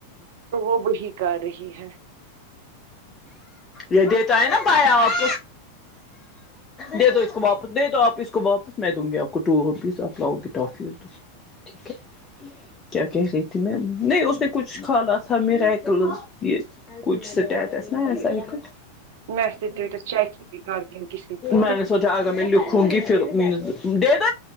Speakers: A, on the right (about 55°); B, on the left (about 20°).
A: تو وہ بھیی کر رہی ہے
B: یہی دی تو آئی نا بیاں آپ دے دو اس کو واپس دے دو آپ اس کو واپس میں دوں گی آپ کو ٹووپیس آپ لاؤ گی ٹافیز ٹھیک ہے کیا کہہ رہی تھی میںیم نہیں اس نے کچھ س حالات تھا م ریکلز یہ کچ سٹیٹس نہ ہے سائیکل
A: میں اسٹیٹس چیک ہی کرتی ہوں کسی کا
B: میں نے سوچا آ گا مو ہوں گی پھر م دے د